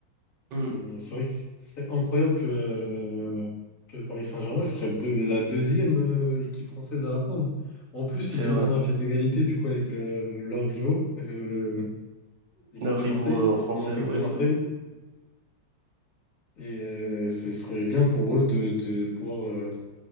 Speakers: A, on the right; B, on the left.
A: hum,
B: Euh, c'est vrai que ce serait incroyable que, la- la- que le Paris Saint-Germain serait de, la deuxième euh, équipe française à la prendre. En plus,
A: c'est
B: ils se
A: vrai.
B: mettraient à pied d'égalité du coup avec le- leurs rivaux, euh, le- l'équipe
A: Leurs
B: de
A: rivaux
B: Marseille,
A: euh, en français,
B: l'Olympique
A: ouais,
B: de Marseille.
A: bah oui.
B: Et euh, ce serait bien pour eux de, de pouvoir euh,